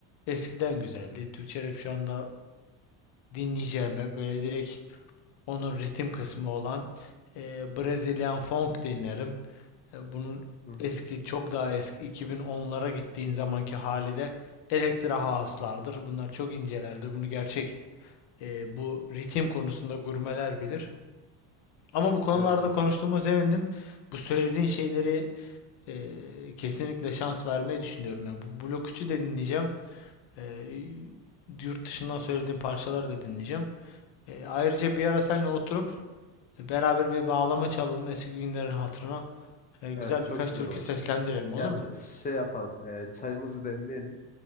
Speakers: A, on the left; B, on the left.
A: eskiden güzeldi. Türkçe rap şu anda dinleyeceğime böyle direkt onun ritim kısmı olan e, Brazilian Funk dinlerim. E, Bunun
B: Hı hı.
A: eski çok daha eski 2010'lara gittiğin zamanki hali de Elektra haaslardır. Bunlar çok incelerdi. Bunu gerçek e, bu ritim konusunda gurmeler bilir. Ama bu konularda
B: Evet evet.
A: konuştuğuma sevindim. Bu söylediğin şeyleri e, kesinlikle şans vermeyi düşünüyorum. Yani bu blok 3'ü de dinleyeceğim. E, yurt dışından söylediğim parçaları da dinleyeceğim. E, ayrıca bir ara seninle oturup e, beraber bir bağlama çalalım eski günlerin hatırına. E, güzel
B: Evet çok
A: birkaç
B: güzel
A: türkü
B: olur.
A: seslendirelim olur
B: Yani
A: mu?
B: şey yapalım. e, çayımızı demleyelim.